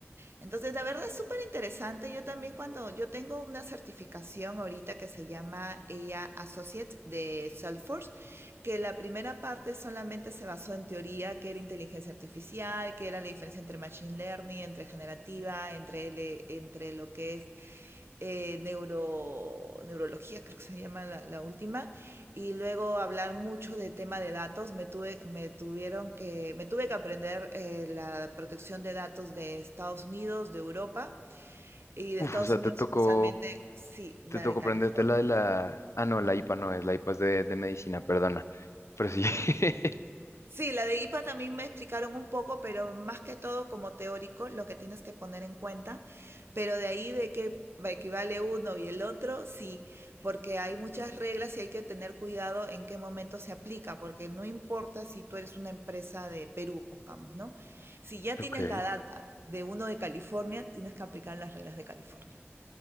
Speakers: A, on the right (about 60°); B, on the left (about 80°).
A: Entonces, la verdad es súper interesante. Yo también cuando yo tengo una certificación ahorita que se llama ella Associate de Salesforce, que la primera parte solamente se basó en teoría, que era inteligencia artificial, que era la diferencia entre machine learning, entre generativa, entre, L- entre lo que es eh, neuro, neurología, creo que se llama la, la última, y luego hablar mucho de tema de datos. Me tuve, me tuvieron que, me tuve que aprender eh, la protección de datos de Estados Unidos, de Europa y
B: uff,
A: de Estados
B: o sea,
A: Unidos
B: te tocó,
A: especialmente, sí, la
B: te tocó
A: de California.
B: prenderte la de la, ah, no, la IPA no es, la IPA es de, de medicina, perdona, pero sí. <laughs>
A: Sí, la de IPA también me explicaron un poco, pero más que todo como teórico, lo que tienes que poner en cuenta. Pero de ahí de que va- equivale uno y el otro, sí, porque hay muchas reglas y hay que tener cuidado en qué momento se aplica, porque no importa si tú eres una empresa de Perú, pongamos, ¿no? Si ya
B: Ok,
A: tienes la data de uno de California, tienes que aplicar las reglas de California.